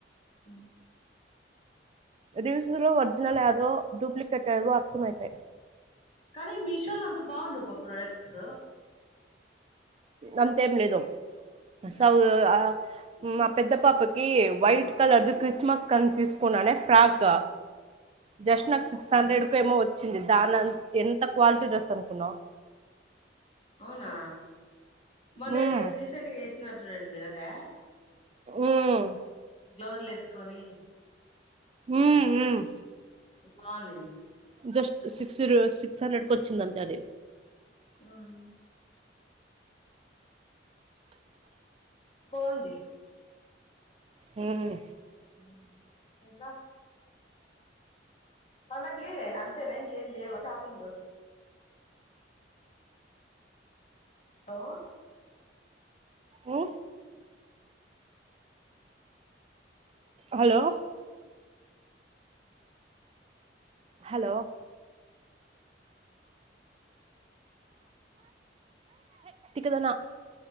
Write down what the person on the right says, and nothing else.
రివ్యూస్ లో ఒరిజినల్ ఏదో డూప్లికేట్ ఏదో అర్థమవుతాయి
అంతేం లేదు
సౌ ఆ మా పెద్ద పాపకి వైట్ కలర్ ది క్రిస్మస్ కని తీసుకున్నానే ఫ్రాక్ జస్ట్ నాక్ సిక్స్ హండ్రెడ్ కు ఏమో వచ్చింది దానింత ఎంత క్వాలిటీ డ్రెస్ అనుకున్నావు
మ్మ్
ఉమ్
ఉమ్ ఉమ్
జస్ట్ సిక్స్ సిక్స్ హండ్రెడ్ కు వచ్చిందంటే అది
హ్మ్మ్
ఉ హలో హలో కుదనా